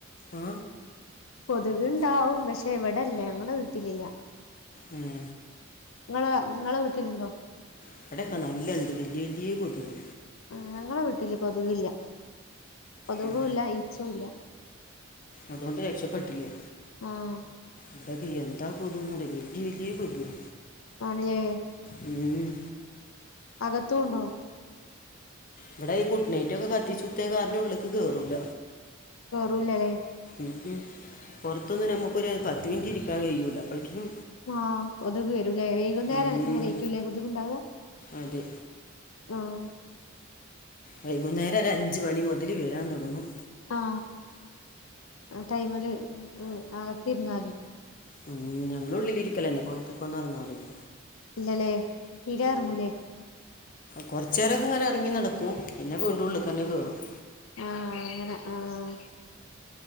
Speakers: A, on the left (about 45°); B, on the left (about 85°).
A: ആ
B: കൊതുക്ണ്ടാവും പക്ഷെ. ഇവിടെല്ല ഞങ്ങളെവീട്ടിലില്ല.
A: ഉം
B: ങ്ങളെ ങ്ങളെ വീട്ടിലുണ്ടോ?
A: ഇവിടെയക്കെ നല്ലണ്ട് വല്ല്യ വല്ല്യ കൊതുക്
B: ആ ഞങ്ങള് വീട്ടില് കൊതുകില്ല. കൊതുകുല്ല
A: ഉം,
B: ഈചെ ഇല്ല.
A: അതൊണ്ട് രക്ഷപ്പെട്ടില്ലേ
B: ആഹ
A: അഡക്ക് എന്താ കൊതുക് നറിയോ വലിയ വല്യ കൊതുക്
B: ആണ്ലെ
A: ഉം
B: അകത്തുംണ്ടോ
A: ഇവിടെ ഈ കുഡ്നൈറ്റ് ഒക്കെ കത്തിച്ചുത്തിയ കാരണം ഉള്ള്ക്ക് കേറൂല.
B: കെറൂലല്ലേ.
A: മ ഉ പുറത്തൊന്ന് നമുക്കൊരു പത്ത് മിനിറ്റ് ഇരിക്കാൻ കഴിയൂല്ല അപളികൊ.
B: ആഹ് കൊതുക് വരൂലേ വൈകുന്നേര
A: ഉം,
B: നേരക്കൂല്ലേ കൊതുക് ണ്ടാവ.
A: അതെ
B: ആഹ
A: വൈകുന്നേരം ഒരഅഞ്ച മണി മുതൽ വരാൻ തുടങ്ങും.
B: ആ ആ ടൈമില് അകത്തിരുന്നാമതി.
A: ഉം ഞങ്ങളുള്ളിരിക്കലന്നെ പുറത്ത്‌കെന്നും ഒന്ന എ റങ്ങാറില്ല.
B: ഇല്ലല്ലേ തീരെ ഇറങ്ങൂല്ലേ
A: കൊറച്ചുേരൊക്കെ ഇങ്ങനെ ഇറങ്ങി നടക്കും പിന്നെ വീണ്ടും പുള്ളിക്ക തന്നെ കേറും
B: ആഹ അങ്ങന ആഹ